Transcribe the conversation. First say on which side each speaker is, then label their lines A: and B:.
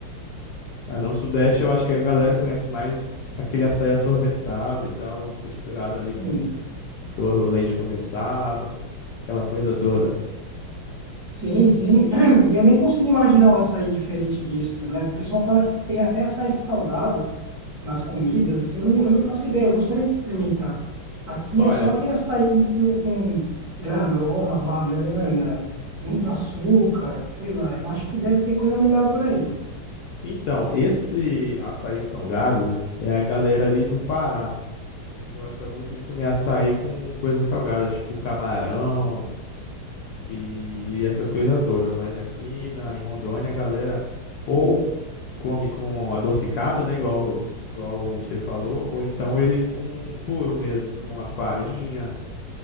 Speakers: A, on the left (about 75°); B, on the right (about 55°).
A: Ah, não, o sudeste eu acho que a galera conhece mais aquele açaí assorvetado e tal, misturado ali
B: Sim,
A: com to- leite condensado, aquela coisa toda.
B: sim, sim. <clears throat> Eu nem consigo imaginar o açaí diferente disso, né? O pessoal fala que tem até açaí salgado nas comidas, assim, eu não, eu não faço ideia, eu gostaria de experimentar. Aqui
A: Olha,
B: é só aquele açaí mesmo com granola, banana, muito açúcar, sei lá. Eu acho que deve ter coisa melhor por aí.
A: então, esse açaí salgado é a galera ali do Pará. E gosta muito de comer açaí com coisas salgadas, tipo camarão e essas coisas todas. Mas aqui na, em Rondônia, a galera ou come com adocicado, né? Igual, igual você falou, ou então ele com puro mesmo, com a farinha